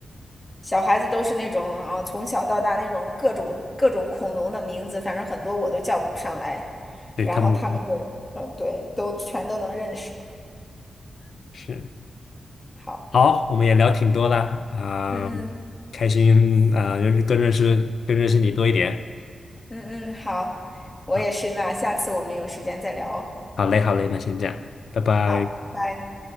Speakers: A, on the left; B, on the left.
A: 小孩子都是那种啊、从小到大那种各种各种恐龙的名字，反正很多我都叫不上来，
B: 对，
A: 然后他们就嗯对，
B: 他们
A: 都全都能认识。
B: <laughs> 是。
A: 好，
B: 好，我们也聊挺多了啊，
A: 嗯嗯
B: 开心啊，认识更认识更认识你多一点。
A: 嗯嗯，好，我也是，
B: 啊，
A: 那下次我们有时间再聊哦。
B: 好嘞，好嘞，那先这样，拜拜。
A: 好，拜拜。